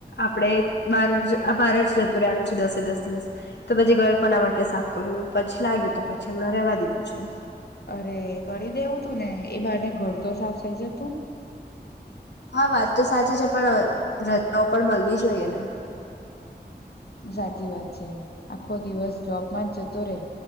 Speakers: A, on the left; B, on the left.
A: આપડ બાર બાર જ રહેતું રહેનું છે દસે દસ દિવસ તો પછી ઘર કોના માટે સાફ કર્યું પછી લાગ્યું તો પછી હમણાં રેવા દીધું છે
B: અરે કરી દેવું તું ને એ બાને ઘર તો સાફ થઇ જતું
A: હા વાત તો સાચી છે પણ રજાઓ પણ મળવી જોઈએ ને
B: સાચી વાત છે આખો દિવસ જોબમાં જ જતો રે